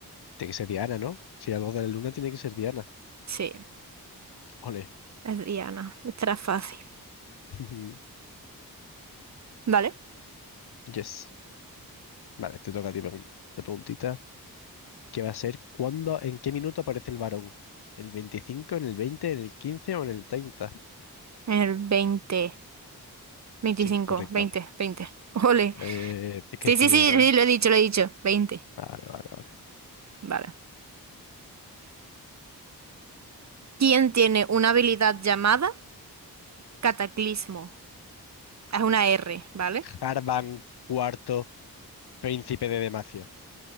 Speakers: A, on the left; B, on the right.
A: Tiene que ser Diana, ¿no? Si algo de la luna tiene que ser Diana.
B: Sí,
A: Ole.
B: es Diana. Estará fácil.
A: <laughs>
B: Vale.
A: Yes. Vale, te toca a ti pregun- la preguntita. ¿Qué va a ser? ¿Cuándo? ¿En qué minuto aparece el varón? ¿El 25? en el 20? en el 15 o en el 30?
B: El veinte veinticinco
A: Sí, correcto.
B: veinte veinte Ole.
A: Eh, tienes que
B: Sí,
A: decidir
B: sí, sí,
A: una,
B: sí,
A: ¿eh?
B: lo he dicho, lo he dicho. veinte
A: Vale, vale, vale.
B: Vale. ¿Quién tiene una habilidad llamada cataclismo? Es una R, ¿vale?
A: Harvan cuarto, príncipe de Demacia.